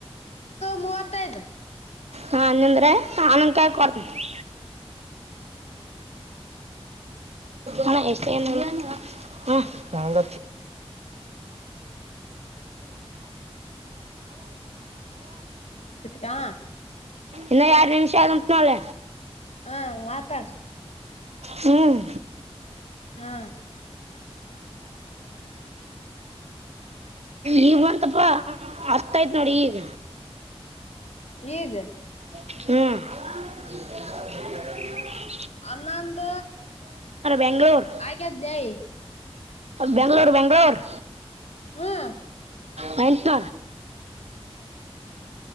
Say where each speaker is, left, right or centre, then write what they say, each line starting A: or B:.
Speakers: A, on the left; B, on the right.
A: ಮೂವತ್ತೈದು
B: ಹಾಂದ್ರೆ ಆನಂದ ಕಾಯ ಕೊಡ್ತೀನಿ ಹ ಎಷ್ಟ ಏನು ಹ್ಮ ಂಗ
A: ಹ
B: ಇನ್ನ ಯಾರು ನಿಮಿಷ ಆಗತನಲ್ಲ
A: ಹಾ ಮಾತಾಡ್
B: ಹ್ಮ್
A: ಹಾ
B: ಈಗ ಬಂತಪ್ಪ ಅತ್ತಯತ್ ನೋಡಿ ಈಗ
A: ಈಗ
B: ಹ್ಮ
A: ಅನಂದ
B: ಬೆಂಗಳೂರು
A: ಆಗೆ ಜೈ
B: ಬೆಂಗಳೂರು ಬೆಂಗಗಳೂರ್
A: ಹ್ಮ್
B: ಮಟ